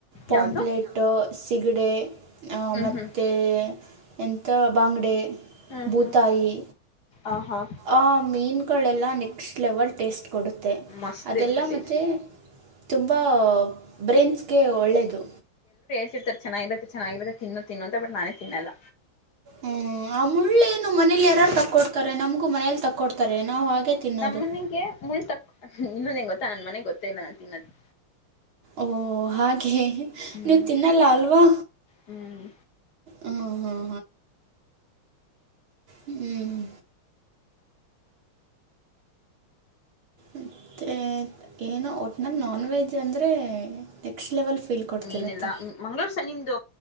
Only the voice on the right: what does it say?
ಪಾಂಪ್ಲೆೇಟ್
ಸಿಗಡೆ
ಮತ್ತು
ಎಥ ಬಂಗಡೆ
ಬೂತಾಯಿ
ಆ ಮೀನ್ಗಳೆಲ್ಲ ನೆಕ್ಸ್ಟ್ ಲೆವಲ್ ಟೇಸ್ಟ್ ಕೊಡುತ್ತೆ
ಅದೆಲ್ಲ
ಮತ್ತು ತುಂಬ ಬ್ರೇನ್ಸ್ಗೆ ಒಳ್ಳೆಯದು
ಹ್ಮ್ ಆ ಮುಳ್ಳೇನು ಮನೇಲಿ ಯಾರಾರ್ ತಕ್ಕೊಡ್ತಾರೆ ನಮ್ಗೂ ಮನೇಲಿ ತಕ್ಕೊಡ್ತಾರೆ ನಾವು ಹಾಗೆ ತಿನ್ನೋದು
ಓ ಹಾಗೆ
ನೀವು ತಿನ್ನಲ್ಲ ಅಲ್ವಾ
ಹಾಂ ಹಾಂ ಹ್ಮ್ ಮತ್ತೆ ಏನೋ ಒಟ್ನಲ್ಲಿ ನಾನ್ ವೆಜ್ ಅಂದ್ರೆ ನೆಕ್ಸ್ಟ್ ಲೆವೆಲ್ ಫೀಲ್ ಕೊಡ್ತಿರುತ್ತೆ